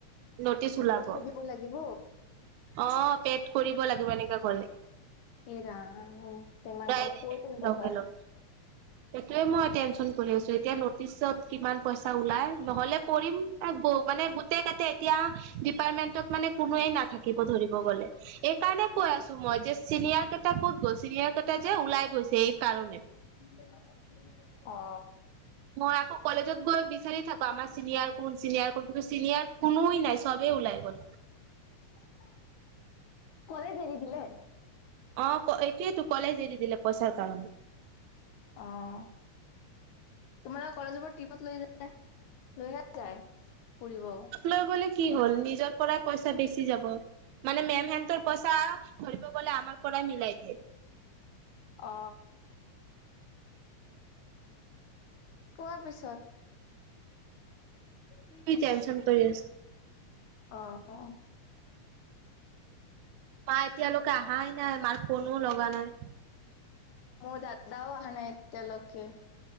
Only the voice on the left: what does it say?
পইচা দিব লাগিব।
এইৰাম ইনমান
টকা
ক'ত পৰা
পাবা।
<unintelligible> অ
অ কলেজ এৰি দিলে।
অঁ তোমাৰ কলেজৰ টপত লৈ যায়। য ফুৰিব।
অ। কোৱাৰ পিছত। <unintelligible>
আহ
মোৰ দাদাও আহ নাই এতিয়া লোকে।